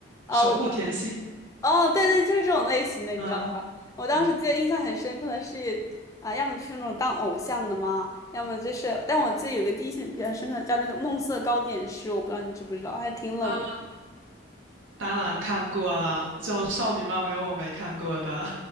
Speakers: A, on the left; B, on the right.
A: 啊，
B: 守护甜心，
A: 我哦，对对，就是这种类型的，你知道吧？
B: 嗯
A: 我当时记得印象很深刻的是啊，
B: 嗯。
A: 要么就是那种当偶像的嘛，要么就是，但我记得有个第一印象比较深刻的叫那个《梦色糕点师》，我不知道你知不知道，还挺冷门
B: 啊，当然看过了，就少女漫没有我没看过的。